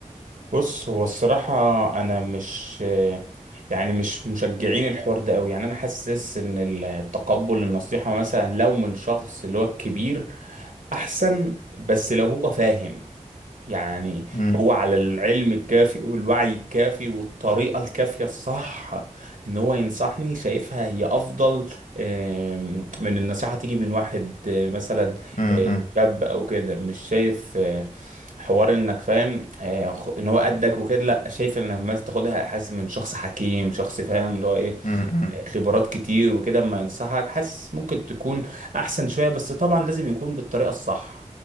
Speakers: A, on the right; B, on the left.
A: بص هو الصراحة أنا مش يعني مش مشجعين الحوار ده أوي يعني أنا حاسس إن التقبل النصيحة مثلا لو من شخص اللي هو الكبير أحسن بس لو هو فاهم يعني
B: امم
A: هو على العلم الكافي والوعي الكافي والطريقة الكافية الصح ان هو ينصحني شايفها هي افضل آم، من النصيحة تيجي من واحد آه، مثلا
B: امم
A: آه، شاب او كده مش شايف آه، حوار انك فاهم آه، خ- ان هو قدك وكده لا شايف انك مثلا تاخدها حاسس من شخص حكيم شخص فاهم اللي هو ايه
B: امم
A: آه، خبرات كتير وكده اما ينصحك حاسس ممكن تكون احسن شوية بس طبعا لازم يكون بالطريقة الصح